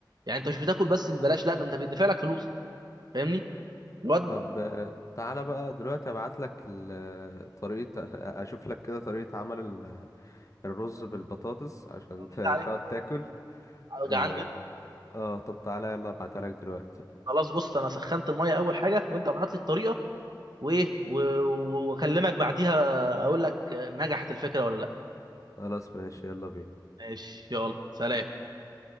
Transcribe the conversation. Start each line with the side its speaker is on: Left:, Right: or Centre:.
Right: يعني انت مش بتاكل بس ببلاش لا ده انت بيدفع لك فلوس فاهمني الواد
Left: طب آه، تعالى بقى دلوقتي ابعت لك ال... طريقة <laughs> اشوف لك كده طريقة عمل ال... الرز
Right: اه
Left: بالبطاطس عشان
Right: آه، بالله
Left: ت... تقعد
Right: عليك لا
Left: تاكل
Right: أنا
Left: اه
Right: جعان جدا
Left: آه، طب تعالى يلا ابعتها لك دلوقتي
Right: خلاص بص انا سخنت الميه اول حاجه وانت ابعت لي الطريقه وايه و- و- واكلمك بعديها اقول لك نجحت الفكره ولا لا
Left: خلاص ماشي يلا بينا
Right: ماشي يلا سلام